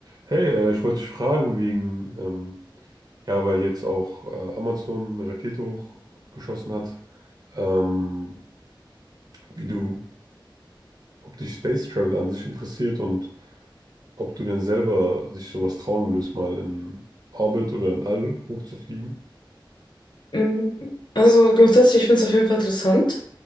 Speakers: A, on the right; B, on the left.
A: Hey, äh, ich wollte dich fragen wegen, ähm, ja, weil jetzt auch äh, Amazon eine Rakete hochgeschossen hat, ähm, wie du, ob dich Space Travel an sich interessiert und ob du denn selber dich sowas trauen würdest, mal in Orbit oder in All hochzufliegen.
B: Mm, Also grundsätzlich finde ich es auf jeden Fall interessant.